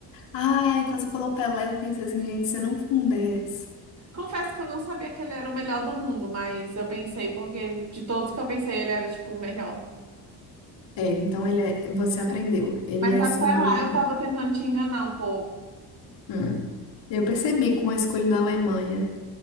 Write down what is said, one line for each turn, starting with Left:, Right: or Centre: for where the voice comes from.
Left: Ai, quando você falou Pelé, eu pensei assim, gente, você não foi um 10.
Right: Confesso que eu não sabia que ele era o melhor do mundo, mas eu pensei, porque de todos que eu pensei, ele era tipo o melhor.
Left: É, então ele é, você aprendeu. Ele
Right: Mas
Left: é
Right: até
Left: assim o melhor.
Right: lá
Left: amigo.
Right: eu tava tentando te enganar um pouco.
Left: Hum. Eu percebi com a escolha da Alemanha.